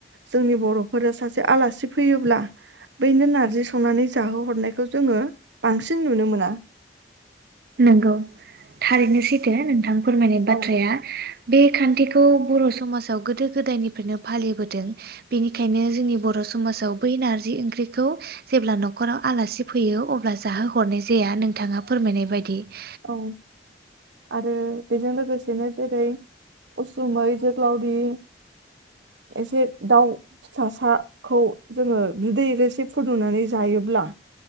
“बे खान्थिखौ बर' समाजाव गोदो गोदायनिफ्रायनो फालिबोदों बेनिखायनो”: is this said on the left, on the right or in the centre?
Right